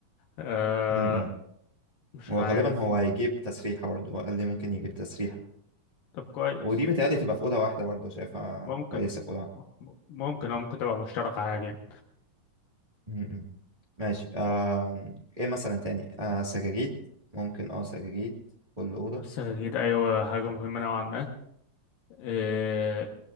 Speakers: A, on the left (about 80°); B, on the right (about 15°).
A: آه،
B: م- م.
A: مش
B: وغالبا
A: عارف
B: هو هيجيب تسريحة برضه هو قال لي ممكن يجيب تسريحة
A: طب كويس
B: ودي متهيألي تبقى في أوضة واحدة برضه شايفها
A: ممكن
B: كويسة في أوضة واحدة
A: م- ممكن او ممكن تبقى مشتركة عادي يعني
B: م- م. ماشي آه... إيه مثلا تاني آه سجاجيد ممكن أه سجاجيد كل أوضة
A: السجاجيد ايوه حاجة مهمة نوعا ما اه